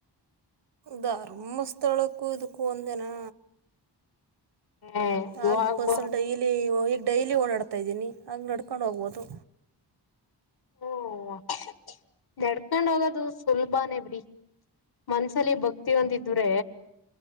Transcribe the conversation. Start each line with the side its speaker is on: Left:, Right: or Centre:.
Right: ಧಾರಮ ಸ್ಥಳಕ್ಕೂ ಇದಕ್ಕೂ ಒಂದೇನಾ
Left: ಏ ಹೋಗ್ಬ
Right: ಆ ಬ ಸ್ಲ್ಟ ಇಲ್ಲಿಗ್ ಡೈಲಿ ಓಡಾಡ್ತಾಯ ಇದ್ದೀನಿ ಆಗ ನಡ್ಕೊಂಡು ಹೋಗ್ಬೋದು
Left: ಓಡ್ ಕಂಡು ಹೋಗೋದು ಸುಲಭಾನೇ ಬಿಡಿ ಮನ್ಸ ಲಿ ಭಕ್ತಿ ಒಂದಿದ್ರೆ